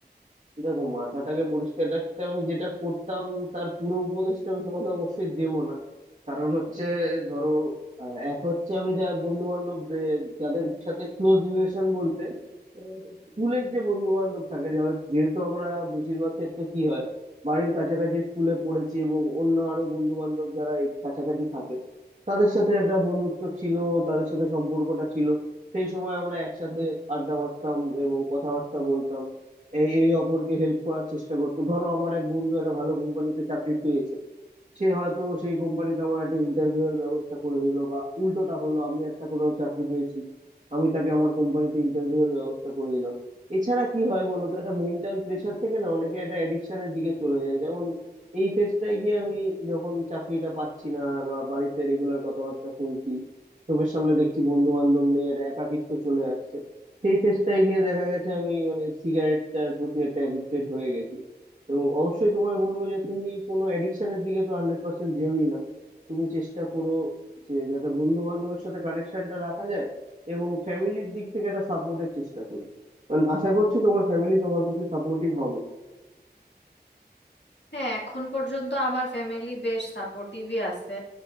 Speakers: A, on the right; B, on the left.
A: দেখো মাথাটাকে পরিষ্কার রাখতে আমি যেটা করতাম তার পুরো উপদেশটা আমি তোমাকে অবশ্যই দেব না কারণ হচ্ছে ধরো আহ, এক হচ্ছে আমি যা বন্ধু বান্ধব যাদের সাথে ক্লোজ রিলেশন বলতে স্কুলের যে বন্ধু বান্ধব থাকে যাদের- যেহেতু আমরা বেশিরভাগ ক্ষেত্রে কি হয় বাড়ির কাছাকাছি স্কুলে পড়েছি এবং অন্য আরো বন্ধু বান্ধব যারা এই কাছাকাছি থাকে তাদের সাথে একটা বন্ধুত্ব ছিল তাদের সাথে সম্পর্কটা ছিল সেই সময় আমরা একসাথে আড্ডা মারতাম এবং কথাবার্তা বলতাম এ- এ অপরকে হেল্প করার চেষ্টা করতো ধরো আমার এক বন্ধু একটা ভালো কোম্পানিতে চাকরি পেয়েছে সে হয়তো সেই কোম্পানিতে আমার একটা ইন্টারভিউ এর ব্যবস্থা করে দিল বা উল্টোটা হলো আমি একটা কোথাও চাকরি পেয়েছি আমি তাকে আমার কোম্পানিতে ইন্টারভিউ এর ব্যবস্থা করে দিলাম এছাড়া কি হয় বলো তো একটা মেন্টাল প্রেশার থেকে না অনেকে একটা অ্যাডিকশনের দিকে চলে যায় যেমন এই ফেজটায় গিয়ে আমি যখন চাকরিটা পাচ্ছি না বা বাড়িতে রেগুলার কথাবার্তা শুনছি চোখের সামনে দেখছি বন্ধু বান্ধব নেই একটা একাকিত্ব চলে আসছে সেই ফেজটায় গিয়ে দেখা গেছে আমি মানে সিগারেটটার প্রতি একটা অ্যাডিক্টেড হয়ে গেছি এবং অবশ্যই তোমায় বলবো যে তুমি কোনো অ্যাডিকশনের দিকে তো হান্ড্রেড পার্সেন্ট যেওই না তুমি চেষ্টা করো যে যাতে বন্ধু বান্ধবের সাথে কানেকশনটা রাখা যায় এবং ফ্যামিলির দিক থেকে একটা সাপোর্টের চেষ্টা করো কারণ আশা করছি তোমার ফ্যামিলি তোমার প্রতি সাপোর্টিভ হবে
B: হ্যাঁ এখন পর্যন্ত আমার ফ্যামিলি বেশ সাপোর্টিভই আছে